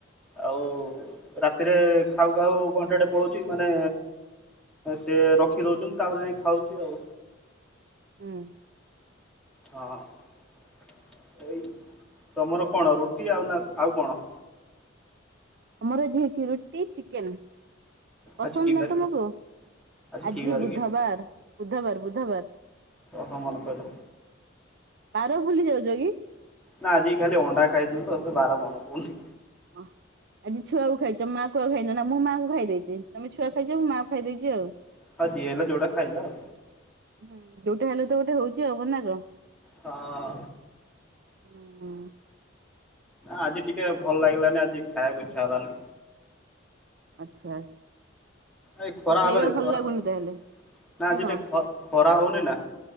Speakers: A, in the centre; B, on the right (about 55°).
A: ଆଉ ରାତିରେ ଖାଉ ଖାଉ ଘଣ୍ଟାଟେ ପଳଉଛି ମାନେ ସେ ରଖି ଦଉଛନ୍ତି ତାପରେ ଯାଇ ଖାଉଛି ଆଉ
B: ହୁଁ
A: ହଁ। ଏଇ ତମର କଣ ରୁଟି ଆଉ ନା ଆଉ କଣ?
B: ଆମର ଆଜି ହେଇଛି ରୁଟି ଚିକେନ ପସନ୍ଦ
A: ଆଜି କି
B: ନା
A: ବାରେ
B: ତମକୁ? ଆଜି
A: କି ବାର
B: ବୁଧବାର୍
A: କି
B: ବୁଧବାର୍ ବୁଧବାର୍।
A: ଓହୋ ମନେ ପଇଲା
B: ବାର ଭୂଲି ଯାଉଛ କି?
A: ନା ଆଜି ଖାଲି ଅଣ୍ଡା ଖାଇଛୁ ତ ସେ ବାର ମନେ ପଡୁନି।
B: ହ ଆଜି ଛୁଆକୁ ଖାଇଛ ମା କୁ ଆଉ ଖାଇନ ନା ମୁଁ ମା କୁ ଖାଇଦେଇଛି। ତମେ ଛୁଆ ଖାଇଛ ମୁଁ ମା କୁ ଖାଇଦେଇଛି ଆଉ।
A: ଆଉ ଯିଏ ହେଲା ଯୋଉଟା ଖାଇଲା ଆଉ।
B: ହୁଁ ଯୋଉଟା ହେଲେ ତ ଗୋଟେ ହଉଛି ଆଉ କ ନା କଣ?
A: ହଁ
B: ହୁଁ ଉଁ
A: ଆଜି ଟିକେ ଭଲ ଲାଗିଲାନି ଆଜି ଖାଇବାକୁ ଇଛା ହେଲାନି।
B: ଆଚ୍ଛା ଆଚ୍ଛା।
A: ଏ ଖରା
B: ଆଉ ଖାଇବା
A: ହେଲାଣି
B: ଭଲ
A: ଖରା
B: ଲାଗୁନି
A: ନା
B: ତାହେଲେ ନା
A: ଆଜି
B: କଣ?
A: ଟିକେ ଖ ଖରା ହଉନି ନା।